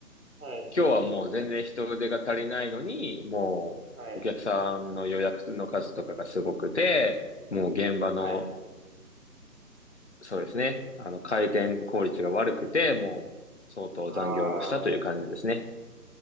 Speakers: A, on the right; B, on the left.
A: あ、はい。
B: 今日はもう全然人手が足りないのに、もうお客さんの予約の数とかがすごくて、
A: はい。
B: もう現場の
A: はい。
B: そうですね。あの、回転効率が悪くて、もう、相当残業をしたという感じですね。
A: ああ。